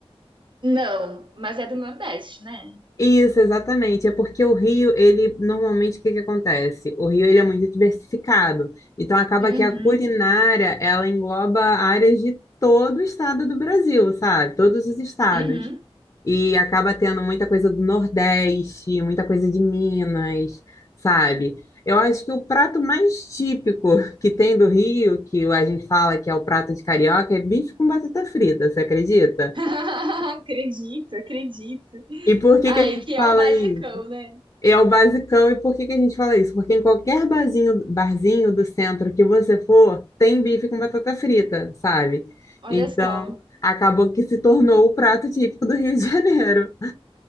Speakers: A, on the right; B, on the left.
A: Não, mas é do Nordeste, né?
B: Isso, exatamente. É porque o Rio, ele normalmente o que que acontece? O Rio ele é muito diversificado. Então acaba
A: Uhum.
B: que a culinária, ela engloba áreas de todo o estado do Brasil, sabe? Todos os estados.
A: Uhum.
B: E acaba tendo muita coisa do Nordeste, muita coisa de Minas, sabe? Eu acho que o prato mais típico <laughs> que tem do Rio, que a gente fala que é o prato de carioca, é bife com batata frita, você acredita?
A: <laughs> Acredito, acredito.
B: E por que
A: Ai,
B: que a gente
A: que é
B: fala
A: o basicão,
B: isso?
A: né?
B: É o basicão, e por que que a gente fala isso? Porque em qualquer barzinho, barzinho do centro que você for, tem bife com batata frita, sabe?
A: Olha
B: Então,
A: só.
B: acabou que se tornou o prato típico do Rio de Janeiro.